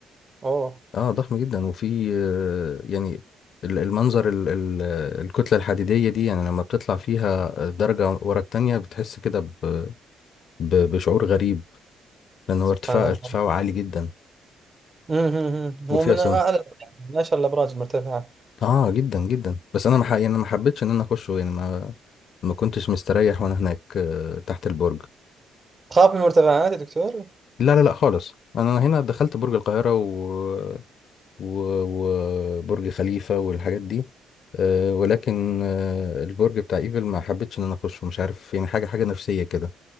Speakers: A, on the right; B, on the left.
A: أوه
B: اه ضخم جدا وفي آه، يعني ال- المنظر ال- ال- الكتلة الحديدية دي يعني لما بتطلع فيها درجة ورا التانية بتحس كده ب- ب- بشعور غريب لأن هو
A: سبحان
B: ارتفاع
A: الله
B: ارتفاعه عالي جدا
A: مم، مم، مم.
B: وفي
A: هو من
B: أصلا
A: أعلى يعني من أشهر الأبراج المرتفعة
B: اه جدا جدا بس أنا ما ح- يعني ما حبيتش إن أنا أخشه يعني ما ما كنتش مستريح وأنا هناك آه، تحت البرج
A: تخاف من المرتفعات يا دكتور؟
B: لا لا لا خالص انا هنا دخلت برج القاهرة و و- وبرج خليفة والحاجات دي آه، ولكن آه، البرج بتاع ايفل ما حبيتش ان انا اخشه مش عارف يعني حاجة حاجة نفسية كده